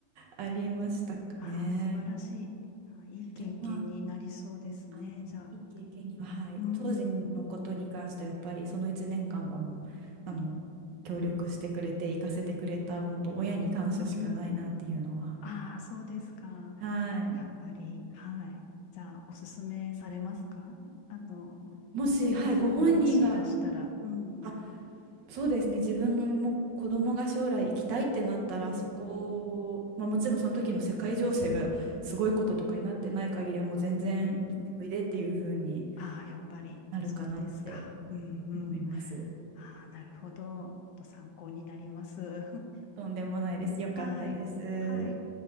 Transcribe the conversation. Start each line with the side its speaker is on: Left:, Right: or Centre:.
Right: ありましたかね。
Left: ああ、素晴らしい。ああ、いい経験になりそうですね。
Right: でもまああの、
Left: じゃあ。
Right: いい経験には、はい、
Left: うん。
Right: 当時のことに関してはやっぱりその1年間はもう、あの、協力してくれて、行かせてくれた、本当親に感謝しかないなっていうのは。
Left: うん。ああ、そうですか。
Right: はい。
Left: やっぱり、はい。じゃあ、おすすめされますかあの、
Right: もし、
Left: お子さんがもしいらしたら、
Right: はい、ご本人が、
Left: うん、
Right: あ、
Left: うん、
Right: そうですね、自分のも子供が将来行きたいってなったら、
Left: うん、
Right: そこを、まあ、もちろんその時の世界情勢がすごいこととかになってない限りは、もう全然行っておいでっていう風に
Left: うん、うん。ああ、やっぱり、
Right: なるかなって
Left: そうですか。うん、
Right: 思います。
Left: うん。ああ、なるほど。と参考になります。<laughs>
Right: とんでもないです。よかったです。
Left: はい、はい。